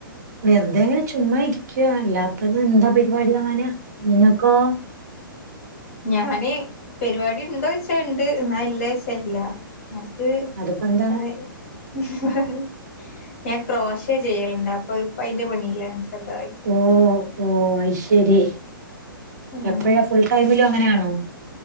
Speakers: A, on the right (about 50°); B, on the left (about 40°).
A: വെർതെങ്ങനെ ചുമ്മാ ഇരിക്കുവാ അല്ലാപ്- പ്പതെന്താ പരിപാടി അങ്ങാനാ ങ്ങക്കൊ
B: ഞാന് പരിപാടി ഉണ്ടോ ച്ചാ ഇണ്ട് എന്നാ ഇല്ലാച്ചാ ഇല്ലാ. ർക്ക്
A: അതിപ്പോ എന്താ
B: <unintelligible> ഞാൻ ക്രോഷേ ചെയ്യല്ണ്ട് അപ്പൊ ഇപ്പൊ അയ്ന്റെ പണീലാ ചെർതായിട്ട്
A: ഓ ഓ അയ്ശരി
B: ഏഹ്
A: എപ്പഴാ ഫുൾ ടൈമിലും അങ്ങനെ ആണോ